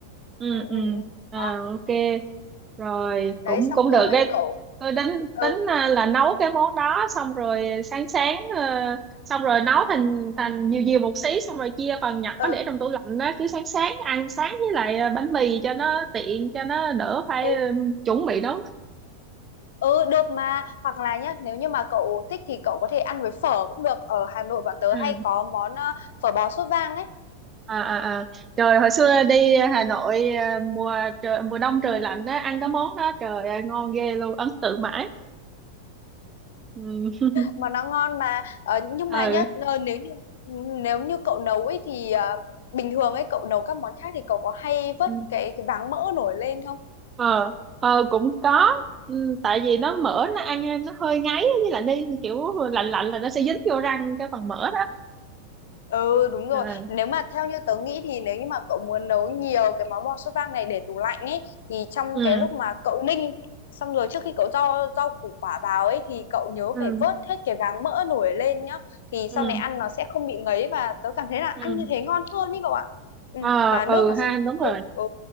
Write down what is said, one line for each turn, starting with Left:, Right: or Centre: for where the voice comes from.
Right: ừ
Left: ừ
Right: ừ
Left: ừ ừ
Right: à
Left: đó
Right: ok
Left: ừ.
Right: rồi cũng
Left: đấy xong
Right: cũng được
Left: rồi
Right: đấy
Left: cậu
Right: tôi tính
Left: ừ
Right: tính à, là nấu cái món đó xong rồi sáng sáng ờ, xong rồi nấu thành thành nhiều nhiều một xí xong rồi chia phần nhỏ
Left: ừ
Right: để trong tủ lạnh đó cứ sáng sáng ăn sáng với lại à, bánh mì cho nó tiện cho nó đỡ phải
Left: ừ
Right: ừ, chuẩn bị nấu
Left: ừ được mà hoặc là nhá nếu như mà cậu thích thì cậu có thể ăn với phở cũng được ở Hà Nội bọn tớ
Right: ừ
Left: hay có món ờ, phở bò sốt vang ấy
Right: à à à trời hồi xưa
Left: Ừ, ừ.
Right: đi Hà Nội à, mùa trời, mùa đông trời lạnh đó ăn cái món đó trời ơi, ngon ghê luôn ấn tượng mãi ừ
Left: mà nó ngon mà Ờ, nhưng
Right: ừ
Left: mà nhá ờ, nếu như nếu như cậu nấu ấy thì ờ, bình thường ấy cậu nấu các món khác thì cậu có hay vớt
Right: ừ.
Left: cái, cái váng mỡ nổi lên không?
Right: ờ ờ cũng có ừ, tại vì nó mỡ nó ăn nó hơi ngấy với lại nên kiểu lạnh lạnh là nó sẽ dính vô răng cái phần mỡ đó
Left: Ừ đúng rồi
Right: à,
Left: Nếu mà theo như tớ nghĩ thì nếu như mà cậu muốn nấu nhiều cái món bò sốt vang này để tủ lạnh ấy Thì trong
Right: ừ
Left: cái lúc mà cậu ninh Xong rồi trước khi cậu rau rau củ quả vào ấy Thì cậu nhớ
Right: ừ
Left: phải vớt hết cái váng mỡ nổi lên nhá Thì
Right: ừ
Left: sau này ăn nó sẽ không bị ngấy Và tớ cảm thấy là
Right: ừ
Left: ăn như thế ngon hơn ý cậu ạ ừ,
Right: ờ
Left: Mà nước
Right: ừ
Left: nó
Right: ha
Left: sẽ trong
Right: đúng rồi
Left: hơn Ừ